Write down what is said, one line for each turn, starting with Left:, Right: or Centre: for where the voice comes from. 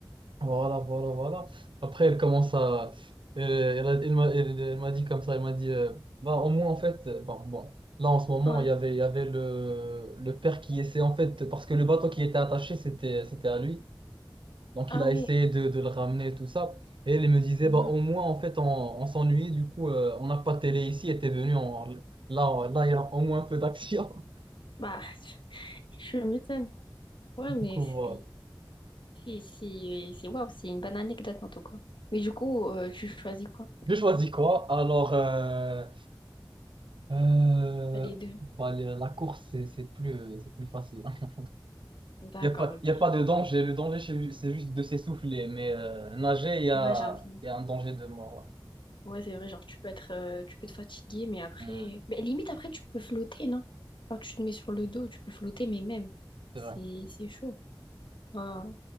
Right: voilà, voilà, voilà. Après, elle commence à. euh, elle a- elle m'a elle- elle m'a dit comme ça, elle m'a dit euh, bah, au moins, en fait, euh, bon, bon, là, en ce moment,
Left: Ouais.
Right: il y avait, il y avait le, le père qui essayait, en fait, parce que le bateau qui était attaché, c'était, c'était à lui. Donc,
Left: Ah
Right: il a
Left: oui.
Right: essayé de, de le ramener, et tout ça. Et elle me disait,
Left: Mhm.
Right: bah, au moins, en fait, on, on s'ennuyait, du coup, euh, on n'a pas de télé ici, était venu, on- là, on- là, il y a au moins un peu d'action.
Left: Bah, <laughs> tu m'étonnes.
Right: <laughs>
Left: Ouais,
Right: Du
Left: mais
Right: coup,
Left: c'est
Right: voilà.
Left: si si c'est waouh, c'est une bonne anecdote en tout cas. Mais du coup, euh, tu choisis quoi?
Right: J'ai choisi quoi? Alors. euh, Euh,
Left: Les deux.
Right: bah, le- la course, c'est c'est plus, euh, c'est plus facile. hein.
Left: D'accord,
Right: Il n'y a pas,
Left: ok.
Right: y a pas de danger. Le danger, c'est ju- c'est juste de s'essouffler. Mais euh, nager, il y a,
Left: Ouais, j'avoue.
Right: y a un danger de mort.
Left: Ouais, c'est vrai, genre tu peux être euh, tu peux te fatiguer mais après
Right: ouais. Hmm.
Left: mais limite après tu peux flotter, non? Genre tu te mets sur le dos, tu peux flotter mais même
Right: C'est
Left: c'est
Right: vrai.
Left: c'est chaud. Ouais, ouais.